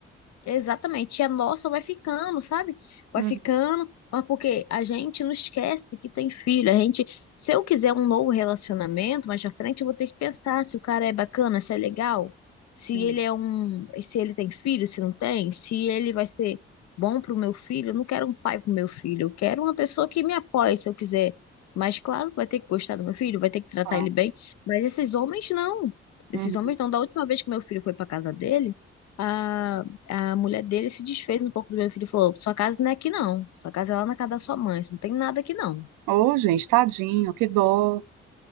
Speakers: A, on the left (about 55°); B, on the right (about 70°).
A: Exatamente. E a nossa vai ficando, sabe? Vai
B: Uhum.
A: ficando, mas porque a gente não esquece que tem filho. A gente, se eu quiser um novo relacionamento, mais pra frente eu vou ter que pensar se o cara é bacana, se é legal, se
B: Sim.
A: ele é um, se ele tem filho, se não tem, se ele vai ser bom pro meu filho. Eu não quero um pai pro meu filho, eu quero uma pessoa que me apoie se eu quiser. Mas claro, vai ter que gostar do meu filho, vai ter que tratar
B: Ah,
A: ele bem. Mas esses homens não. Esses
B: uhum.
A: homens não. Da última vez que meu filho foi pra casa dele, a a mulher dele se desfez um pouco do meu filho e falou: Sua casa não é aqui, não. Sua casa é lá na casa da sua mãe. Isso Não tem nada aqui, não.
B: Ô, gente, tadinho, que dó.